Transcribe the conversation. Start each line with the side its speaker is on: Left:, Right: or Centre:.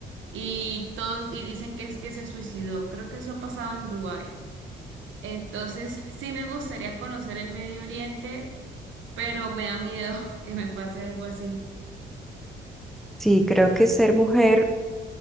Right: y todos, y dicen que es que se suicidó. Creo que eso ha pasado en Dubái. Entonces, sí me gustaría conocer el Medio Oriente, pero me da miedo <laughs> que me pase algo así.
Centre: Sí, creo que ser mujer